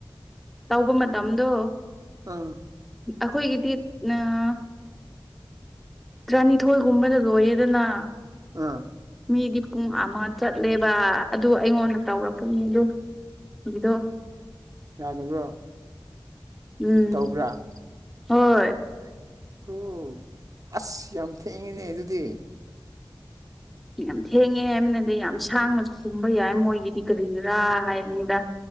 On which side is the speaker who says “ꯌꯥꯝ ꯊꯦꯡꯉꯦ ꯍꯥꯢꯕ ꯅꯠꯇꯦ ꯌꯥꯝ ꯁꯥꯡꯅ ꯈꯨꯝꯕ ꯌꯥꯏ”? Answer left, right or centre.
Centre